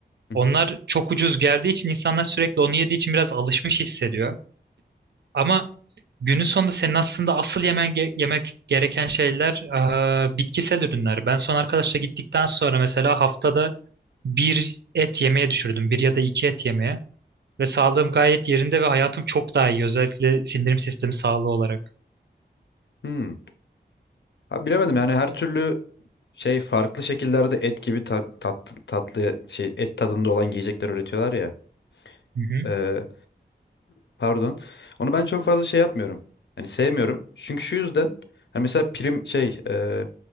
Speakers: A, on the left; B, on the right.
A: Hı
B: Onlar
A: hı.
B: çok ucuz geldiği için insanlar sürekli onu yediği için biraz alışmış hissediyor. Ama günün sonunda senin aslında asıl yemen ge- yemek gereken şeyler e, bitkisel ürünler. Ben son arkadaşla gittikten sonra mesela haftada bir et yemeye düşürdüm. Bir ya da iki et yemeye. Ve sağlığım gayet yerinde ve hayatım çok daha iyi. Özellikle sindirim sistemi sağlığı olarak.
A: Hmm. Ha, bilemedim yani her türlü şey farklı şekillerde et gibi ta- tat, tatlı şey et tadında olan yiyecekler üretiyorlar ya.
B: Hı hı,
A: Ee, pardon. Onu ben çok fazla şey yapmıyorum. Hani sevmiyorum. Çünkü şu yüzden hani mesela prim şey e,